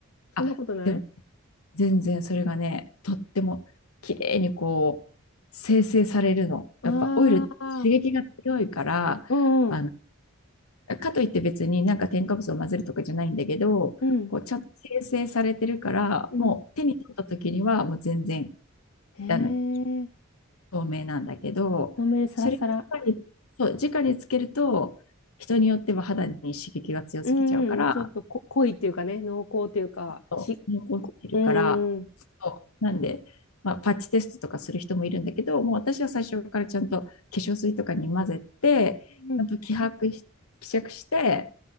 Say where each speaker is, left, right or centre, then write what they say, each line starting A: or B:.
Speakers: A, on the left (about 65°); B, on the left (about 80°).
A: そんなことない
B: あ、でも全然それがね、とっても綺麗にこう、生成されるの。
A: ああ
B: やっぱオイルって刺激が強いから、
A: ー、うんう
B: あのかといって別になんか添加物を混ぜるとかじゃないんだけど、
A: ん、
B: こうちゃんと生成されてるから、
A: うん、
B: もう手に取った時にはもう全然
A: うん。へ
B: あの
A: え、
B: 透明なんだけど、
A: 豆サラサラ。
B: それを直にそう直につけると、人によっては肌に刺激が強すぎちゃうから、
A: うんうん、ちょっとこ濃いっていうかね、濃厚っていうか、
B: そう残ってるから、
A: し、こうんうん、
B: そうなんで、まあ、パッチテストとかする人もいるんだけど、もう私は最初からちゃんと化粧水とかに混ぜて、
A: うん。
B: ちゃんと希薄し希釈して